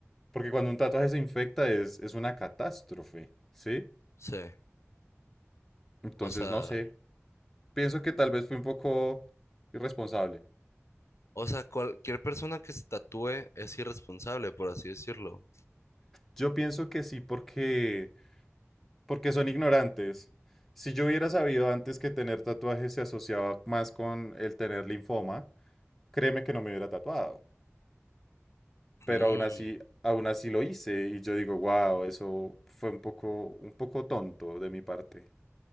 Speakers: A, in the centre; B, on the left.
A: porque cuando un tatuaje se infecta es, es una catástrofe, ¿sí?
B: Sí.
A: Entonces,
B: O sea,
A: no sé. pienso que tal vez fue un poco irresponsable.
B: o sea, cualquier persona que se tatúe es irresponsable, por así decirlo.
A: Yo pienso que sí, porque, porque son ignorantes. Si yo hubiera sabido antes que tener tatuajes se asociaba más con el tener linfoma, créeme que no me hubiera tatuado. Pero
B: Mm,
A: aún así, aún así lo hice y yo digo, wow, eso fue un poco, un poco tonto de mi parte.